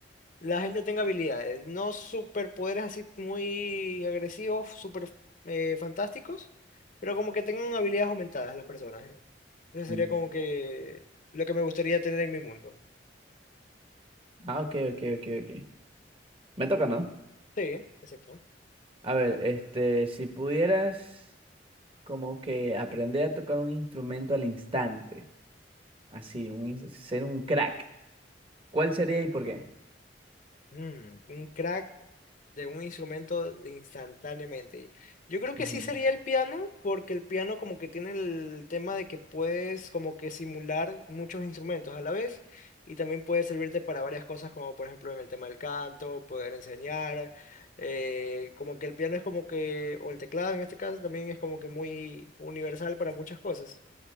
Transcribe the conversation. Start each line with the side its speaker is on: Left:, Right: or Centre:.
Left: la gente tenga habilidades, no superpoderes así muy agresivos, super eh, fantásticos, pero como que tengan habilidades aumentadas las personas. ¿eh? Eso sería
Right: Mm.
Left: como que lo que me gustaría tener en mi mundo.
Right: Ah, ok, ok, ok, ok. Me toca, ¿no?
Left: Sí, exacto.
Right: A ver, este, si pudieras como que aprender a tocar un instrumento al instante, así, un, ins- ser un crack, ¿cuál sería y por qué?
Left: Mm, un crack de un instrumento instantáneamente. Yo creo que
Right: Ujú.
Left: sí sería el piano, porque el piano como que tiene el tema de que puedes como que simular muchos instrumentos a la vez y también puede servirte para varias cosas, como por ejemplo en el tema del canto, poder enseñar, eh, como que el piano es como que, o el teclado en este caso también es como que muy universal para muchas cosas.